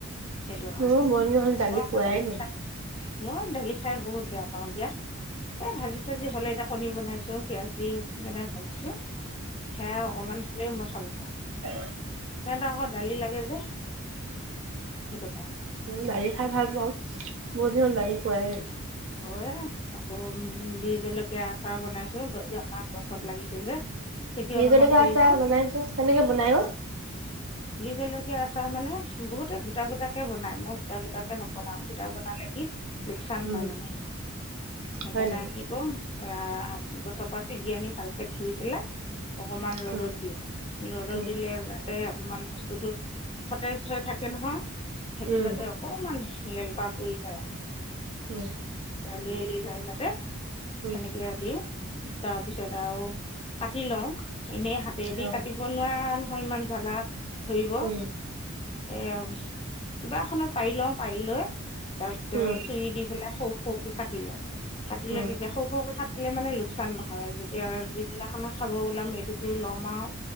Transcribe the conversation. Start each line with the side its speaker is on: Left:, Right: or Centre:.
Left: সেইটো কাৰণে।
Right: মোৰো বহুত দিন হ'ল
Left: মই আকৌ
Right: খোৱাই
Left: দালি
Right: নাই।
Left: খাই মই দালি খাই বহুত বেয়া পাওঁ দিয়া। এ ভাজি-চাজি হ'লে, এতিয়া কণী বনাইছোঁ। পিয়াজ দি যেনকে ভাজিছোঁ। সেয়া অকণমান থাকিলে মই <unintelligible>
Right: উ
Left: সিহঁতে আকৌ দালি লাগে যে, সেইটো কাৰণে।
Right: দালি খাই ভাল পাওঁ। বহুত দিন দালি খোৱাই নাই।
Left: কৰে। আকৌ বি- জলকীয়া আচাৰ বনাইছোঁ, এই আমাৰ গছত লাগিছে যে। খেতি
Right: বিজলকীয়া
Left: অলপমান কৰিছো
Right: আছাৰ বনাইছা কেনেকে বনাই অ?
Left: বি জলকীয়া আচাৰ মানে, বহুতে গোটা-গোটাকে বনায়। মই গোটা-গোটাকে নবনাওঁ। গোটা বনালে কি লোকচান
Right: উম,
Left: হয় মানে। সেইকাৰণে
Right: হয় নেকি?
Left: কি কওঁ অ'- গছৰ পৰা চিঙি আনি ভালকে ধুই পেলাই অকমান ৰ'দত
Right: উম,
Left: দিওঁ। ৰ'দত
Right: উম,
Left: দিলে তে অকমান বস্তুটো সতেজ হৈ থাকে নহয়। সেইটো
Right: উম,
Left: যাতে অকমান লেলপা পৰি যায়।
Right: উম।
Left: লেৰেলি যায় যাতে,
Right: উম,
Left: সেনেকে দিওঁ। তাৰপিছত আৰু কাটি লওঁ। এনেই হাতেদি
Right: অ',
Left: কাটিব নোৱাৰা নহয়, ইমান জ্বলা। ধৰিব
Right: উম,
Left: এ কিবা এখনত পাৰি লওঁ। পাৰি লৈ তাৰপিছত
Right: উম,
Left: চুৰি দি পেলাই সৌ সৰুকে কাটি লওঁ। কাটি
Right: উম।
Left: লবি‌ গে সও সও কে কাট দিলে মানে লোকচান নহয় যেতিয়া যিদিনাখনে খাব ওলাম এইটো লম আও।